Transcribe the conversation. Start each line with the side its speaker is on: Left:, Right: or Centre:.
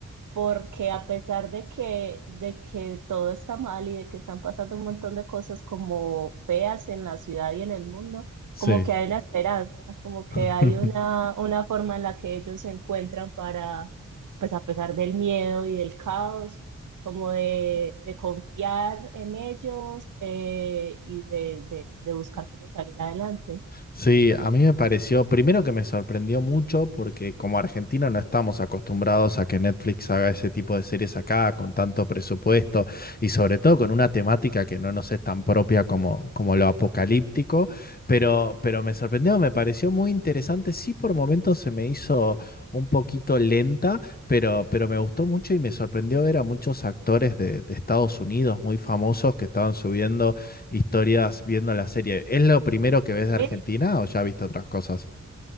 Right: porque a pesar de que, de que todo está mal y de que están pasando un montón de cosas como feas en la ciudad y en el mundo,
Left: Sí.
Right: como que hay una esperanza, como que
Left: <laughs>
Right: hay una, una forma en la que ellos se encuentran para, pues a pesar del miedo y del caos, como de, de confiar en ellos eh, y de, de, de buscar cómo salir adelante.
Left: Sí, a mí me pareció, primero que me sorprendió mucho porque como argentino no estamos acostumbrados a que Netflix haga ese tipo de series acá con tanto presupuesto y sobre todo con una temática que no nos es tan propia como, como lo apocalíptico, pero, pero me sorprendió, me pareció muy interesante, sí por momentos se me hizo un poquito lenta, pero, pero me gustó mucho y me sorprendió ver a muchos actores de de Estados Unidos muy famosos que estaban subiendo historias viendo la serie. ¿Es lo primero que ves de
Right: Sí.
Left: Argentina o ya viste otras cosas?